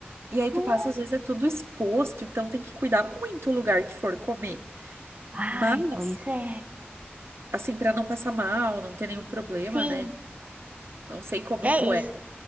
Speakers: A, on the right; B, on the right.
A: E aí
B: Nossa.
A: tu passa, às vezes, é tudo exposto, então tem que cuidar muito o lugar que for comer.
B: Ai,
A: Mas,
B: pois é.
A: assim, pra não passar mal, não ter nenhum problema,
B: Sim,
A: né? Não sei como
B: é
A: tu
B: isso.
A: é